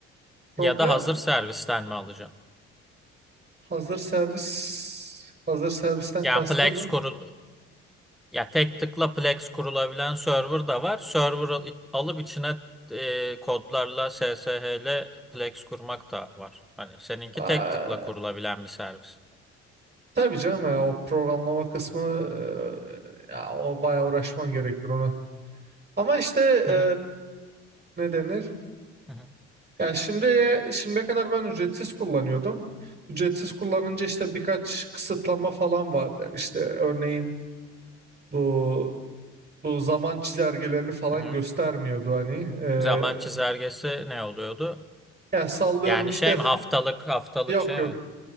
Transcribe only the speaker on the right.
problem
hazır servis hazır servisten
kastın
ne?
Aa,
tabii canım ya o programlama kısmı e, ya o bayağı uğraşman gerekir ona. Ama işte e,
ne denir?
Ya şimdiye, şimdiye kadar ben ücretsiz kullanıyordum. Ücretsiz kullanınca işte birkaç kısıtlama falan vardı. Yani işte örneğin bu bu zaman çizelgelerini falan
göstermiyordu hani. Ee,
yani sallıyorum
işte
f-
yok
yok